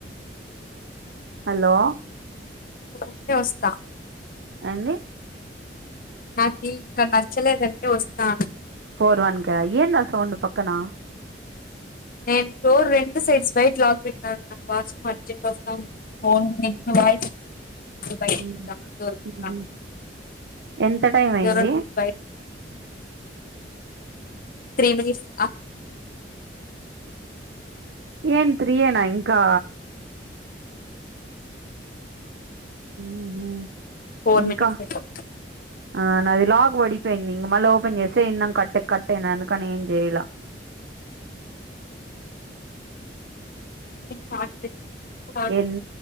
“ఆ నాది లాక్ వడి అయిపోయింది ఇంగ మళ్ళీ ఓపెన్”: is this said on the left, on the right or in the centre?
Right